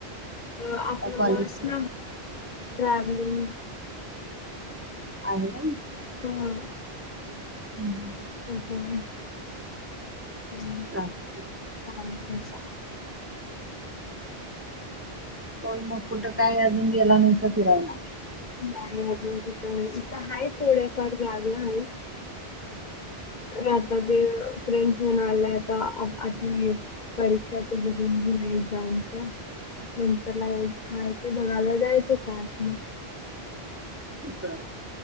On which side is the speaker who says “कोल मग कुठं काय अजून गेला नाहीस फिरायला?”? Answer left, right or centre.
Right